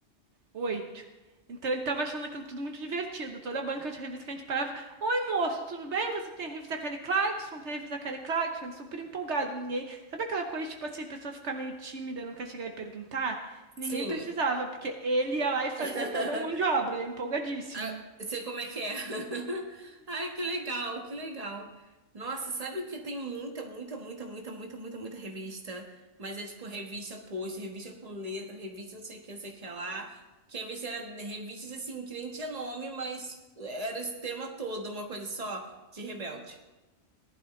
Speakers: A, on the right; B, on the right.
A: Oito. Então ele tava achando aquilo tudo muito divertido. Toda a banca de revista que a gente parava. Oi, moço, tudo bem? Você tem a revista Kelly Clarkson? Tem a revista Kelly Clarkson? Ele super empolgado. Ninguém. Sabe aquela coisa, tipo assim, a pessoa fica meio tímida, não quer chegar e perguntar? Ninguém
B: Sim.
A: precisava, porque ele ia lá e fazia
B: <laughs>
A: toda a mão de obra, empolgadíssimo.
B: Ah, sei como é que é. <laughs> Ai, que legal, que legal. Nossa, sabe o que tem muita, muita, muita, muita, muita, muita, muita revista? Mas é tipo revista post, revista com letra, revista não sei o que, não sei o que lá. Que às vezes era revistas assim, que nem tinha nome, mas era esse tema todo, uma coisa só de Rebelde.